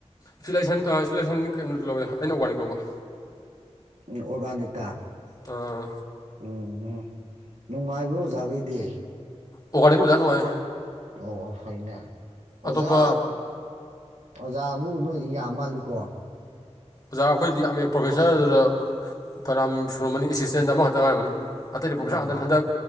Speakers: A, on the left (about 35°); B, on the right (about 85°).
A: ꯏꯁꯄꯤꯂꯥꯢꯁꯟ ꯏꯁꯐꯤꯂꯥꯏꯁꯟ ꯀꯩꯅꯣꯗ ꯂꯧꯋꯦ ꯑꯩꯅ ꯑꯣꯔꯒꯅꯤꯛ ꯂꯧꯕ꯫
B: ꯎꯝ ꯑꯣꯔꯒꯅꯤꯇꯥ꯫
A: ꯑꯥ꯫
B: ꯎꯝ ꯎꯝ ꯅꯨꯡꯉꯥꯏꯕ꯭ꯔꯣ ꯑꯣꯖꯥꯒꯩꯗꯤ꯫
A: ꯑꯣꯒꯅꯤꯛ ꯑꯣꯖꯥ ꯅꯨꯡꯉꯥꯏ꯫
B: ꯑꯣ ꯑꯣ ꯐꯩꯅꯦ꯫ ꯑꯣꯖꯥ꯫
A: ꯑꯇꯣꯞꯄ
B: ꯑꯣꯖꯥꯕꯨ ꯅꯣꯏꯗꯤ ꯌꯥꯝ ꯃꯥꯜꯂꯤꯀꯣ꯫
A: ꯑꯣꯖꯥ ꯑꯩꯈꯣꯏꯗꯤ ꯌꯥꯝꯃꯦ ꯄ꯭ꯔꯣꯐꯦꯁꯔꯗꯨꯗ ꯐꯅꯌꯥꯝ ꯁꯨꯔꯝꯃꯅꯤ ꯑꯦꯁꯤꯁꯇꯦꯟꯗ ꯑꯃꯈꯛꯇ ꯉꯥꯏꯔꯝꯃꯅꯤ꯫ ꯑꯇꯩ
B: ꯎꯝ
A: ꯄ꯭ꯔꯣꯐꯦꯁꯔ ꯉꯥꯛꯇꯅꯦ ꯍꯟꯗꯛ꯫